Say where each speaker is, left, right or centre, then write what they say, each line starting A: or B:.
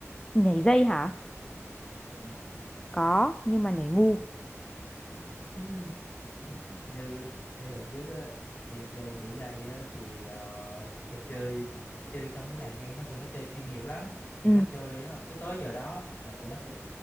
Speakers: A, on the left (about 15°); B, on the left (about 40°).
A: nhảy dây hả
B: dạ
A: có nhưng mà nhảy ngu
B: Ừ. <laughs> như như hồi trước á, em chơi nhảy dây á, thì ờ, em chơi chơi trong cái làng em á tụi nó chơi chuyên nghiệp lắm tụi
A: ừ
B: nó chơi á, cứ tới giờ đó là tụi nó sẽ